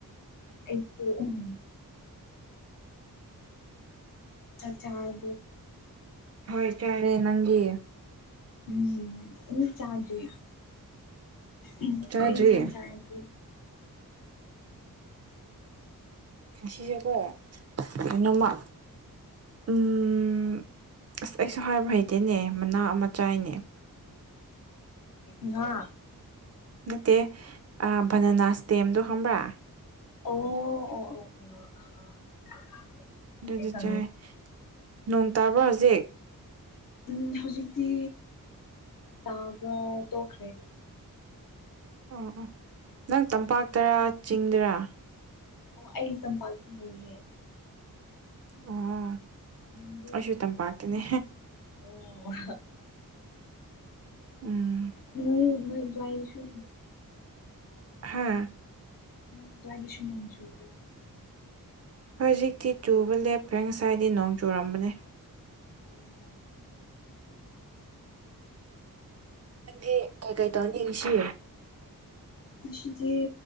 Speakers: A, on the left; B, on the right.
A: ꯑꯩ ꯎꯝ ꯆꯥꯛ ꯆꯥꯔ
B: ꯍꯣꯏ ꯆꯥꯔꯦ ꯅꯪꯗꯤ
A: ꯎꯝ ꯎ ꯆꯥꯗꯔꯤ ꯎꯝ
B: ꯆꯥꯗ꯭ꯔꯤ
A: ꯀꯔꯤ ꯏꯟꯖꯡ‌ ꯆꯥꯔꯒ‌ꯦ
B: ꯎ ꯁꯤꯖꯀꯣ ꯀꯩꯅ‌ꯣꯝꯃ ꯎꯝ ꯑꯁ ꯑꯩꯁꯨ ꯍꯥꯏꯕ ꯍꯩꯇꯦꯅꯦ ꯃꯅꯥ ꯑꯃ ꯆꯥꯏꯅꯦ
A: ꯉꯥ
B: ꯅꯠꯇꯦ ꯚꯅꯅꯥꯁ ꯗꯦꯝꯗꯣ ꯈꯪꯕ꯭ꯔꯥ
A: ꯑꯣ ꯑꯣ ꯑꯣ ꯑꯣ ꯈꯪꯉꯦ
B: ꯑꯗꯨ ꯑꯗꯨ
A: ꯈꯪꯉꯦ
B: ꯆꯥꯏ ꯅꯣꯡ ꯇꯥꯕ꯭ꯔꯣ ꯍꯧꯖꯤꯛ
A: ꯎꯝ ꯍꯧꯖꯤꯛꯇꯤ ꯇꯥꯕ ꯇꯣꯛꯈ꯭ꯔꯦ
B: ꯑꯣ ꯑꯣ ꯅꯪ ꯇꯝꯄꯥꯛꯇꯔꯥ ꯆꯤꯡꯗꯔꯥ
A: ꯑꯣ ꯑꯩ ꯇꯝꯄꯥꯛꯇ ꯂꯩꯦ
B: ꯑꯣ
A: ꯅꯪꯗꯤ
B: ꯑꯩꯁꯨ ꯇꯝꯄꯥꯛꯀꯤꯅꯦ
A: ꯑꯣ
B: ꯎꯝ
A: ꯎ ꯃ ꯋꯥꯏꯁꯤ
B: ꯍꯥꯥ
A: ꯅ ꯗꯒꯤꯁꯨ ꯅꯖꯨꯗ
B: ꯍꯧꯖꯤꯛꯇꯤ ꯆꯨꯕ ꯂꯦꯞꯈ꯭ꯔꯦ ꯉꯁꯥꯏꯗꯤ ꯅꯣꯡ ꯆꯨꯨꯔꯝꯕꯅꯦ
A: ꯎ
B: ꯅꯪꯗꯤ ꯀꯩ ꯀꯩ ꯇꯧꯅꯤ ꯌꯦꯡꯁꯤꯌ
A: ꯃꯁꯤꯗꯤ